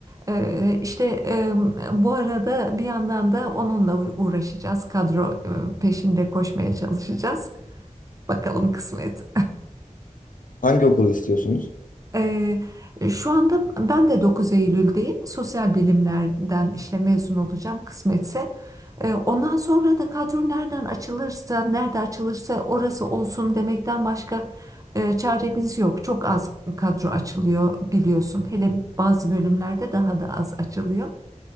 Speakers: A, on the right; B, on the left.
A: E, işte e, bu arada bir yandan da onunla uğraşacağız. Kadro e, peşinde koşmaya çalışacağız. Bakalım kısmet.
B: Hangi okulu istiyorsunuz?
A: Ee, şu anda ben de 9 Eylül'deyim. Sosyal bilimlerden işte mezun olacağım kısmetse. Ee, ondan sonra da kadro nereden açılırsa, nerede açılırsa orası olsun demekten başka e, çaremiz yok. Çok az kadro açılıyor biliyorsun. Hele bazı bölümlerde daha da az açılıyor.